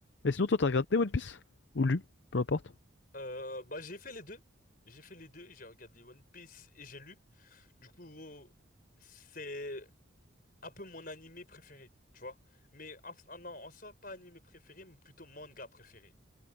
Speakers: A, on the left; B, on the left.
A: Et sinon, toi, t'as regardé One Piece? Ou lu? Peu importe.
B: Euh, bah j'ai fait les deux. J'ai fait les deux, j'ai regardé One Piece et j'ai lu. Du coup, c'est un peu mon animé préféré, tu vois. Mais en, ah non, en soi, pas animé préféré, mais plutôt manga préféré.